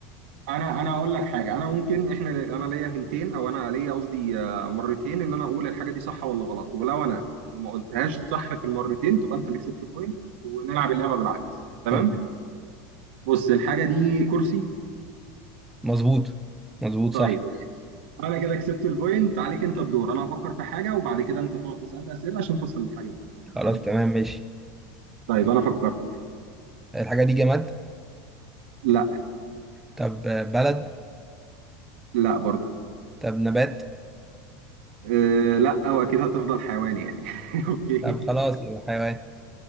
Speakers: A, on the right; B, in the centre.
A: انا انا اقول لك حاجه انا ممكن احنا انا ليا هنتين او انا ليا قصدي آه، مرتين ان انا اقول الحاجه دي صح ولا غلط ولو انا ما قلتهاش صح في المرتين تبقى انت اللي كسبت البوينت ونلعب اللعبه بالعكس تمام
B: تمام
A: بص الحاجه دي كرسي
B: مظبوط مظبوط
A: طيب
B: صح
A: انا كده كسبت البوينت عليك انت الدور انا هفكر في حاجه وبعد كده انت تقعد تسالني اسئله عشان توصل للحاجه دي تمام
B: خلاص تمام ماشي
A: طيب انا فكرت
B: الحاجة دي جماد
A: لا
B: طب آه، بلد
A: لا برضو
B: طب نبات
A: أه لا واكيد هتفضل حيواني يعني <laughs> اوكي
B: طب خلاص يبقى حيوان